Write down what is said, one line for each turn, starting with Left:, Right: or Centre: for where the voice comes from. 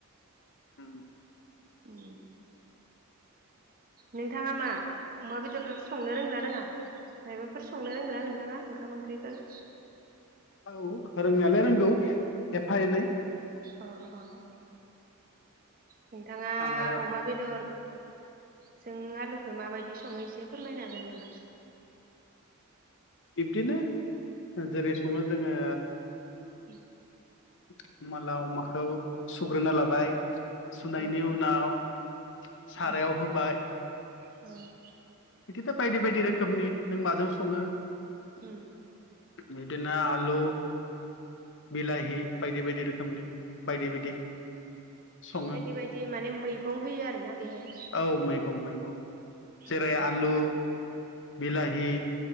Left: उम
Right: उम नोंथाङा मा अमा बेदर संनो रोंगोना रोङा मायबाफोर संनो रोंग्रा नोंथाङा ओंखाम ओंख्रिफोर
Left: औ रोंनायालाय रोंगौ। एफा एनै
Right: अ अ अ नोंथाङा
Left: आं आरो
Right: अमा बेदर जों आलुखौ माबायदि सङो एसे फोरमायनो हागोन नामा?
Left: बिब्दिनो जेरै सङो जोङो।
Right: उम
Left: <inaudible> मालाव माखौ सुग्रोना लाबाय सुनायनि
Right: औ
Left: उनाव सारायाव
Right: औ
Left: होबाय।
Right: औ
Left: बिदिनो बायदि बायदि रोखोमनि नों माजों सङो।
Right: उम
Left: बिदिनो आलु बिलाहि बायदि बायदि रोखोमनि बायदि बायदि सङो
Right: बायदि बायदि माने मैगं होयो आरोना बेहाय
Left: औ मैगं मैगं जेरै
Right: अ अ
Left: आलु बिलाहि